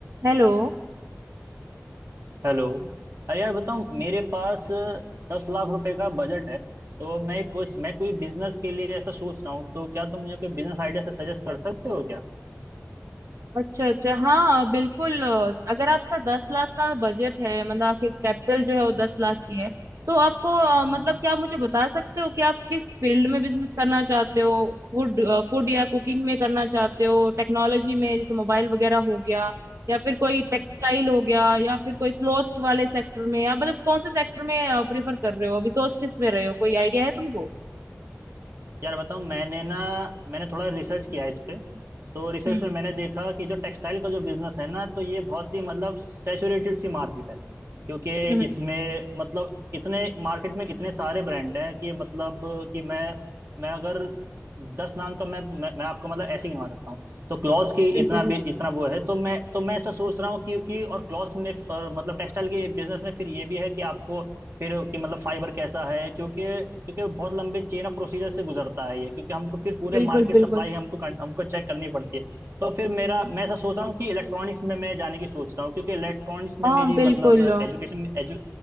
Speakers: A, on the right; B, on the right.
A: Hello
B: Hello अरे यार बताओ मेरे पास दस लाख रुपए का बजट है तो मैं कुछ मैं कोई बिजनेस के लिए ऐसा सोच रहा हूँ तो क्या तुम मुझे कोई बिजनेस आइडिया से सजेस्ट कर सकते हो क्या
A: अच्छा अच्छा हाँ बिल्कुल अ, अगर आपका दस लाख का बजट है मतलब आपके कैपिटल जो है
B: हम्म
A: वो दस लाख की है तो आपको अ,
B: हम्म
A: मतलब क्या आप मुझे बता सकते हो कि आप किस फील्ड में बिजनेस करना चाहते हो फूड फूड या कुकिंग में करना चाहते हो टेक्नोलॉजी में जैसे मोबाइल वगैरह हो गया या फिर
B: हम्म
A: कोई टेक्सटाइल हो गया या फिर कोई क्लॉथ वाले सेक्टर में या मतलब कौन से सेक्टर में प्रेफर
B: हम्म,
A: कर रहे हो अभी सोच किस में रहे हो कोई आइडिया है तुमको
B: यार बताऊँ मैंने ना मैंने थोड़ा रिसर्च किया इस पे तो रिसर्च
A: हम्म
B: में मैंने देखा कि जो टेक्सटाइल का जो बिजनेस है ना तो ये बहुत ही मतलब सैचुरेटेड सी मार्केट है क्योंकि
A: हम्म,
B: इसमें मतलब इतने मार्केट में इतने सारे ब्रांड हैं कि मतलब कि मैं मैं अगर दस नाम तो मैं मैं, मैं आपको मतलब ऐसे ही गिनवा सकता हूँ तो क्लॉथ्स की
A: बिल्कुल
B: इतना भी इतना वो है तो मैं तो मैं ऐसा सोच रहा हूँ क्योंकि और क्लॉथ्स में और मतलब टेक्सटाइल के बिजनेस में फिर ये भी है कि आपको फिर कि मतलब फाइबर कैसा है क्योंकि क्योंकि बहुत लंबे चेन ऑफ प्रोसीजर से गुजरता है ये क्योंकि हमको फिर पूरे
A: बिल्कुल
B: मार्केट
A: बिल्कुल
B: सप्लाई हमको कन- हमको चेक करनी पड़ती है तो फिर मेरा मैं ऐसा सोच रहा हूँ कि इलेक्ट्रॉनिक्स में मैं जाने की सोच रहा हूँ क्योंकि इलेक्ट्रॉनिक्स में
A: हाँ
B: मेरी
A: बिल्कुल
B: मतलब एजुकेशन एजु,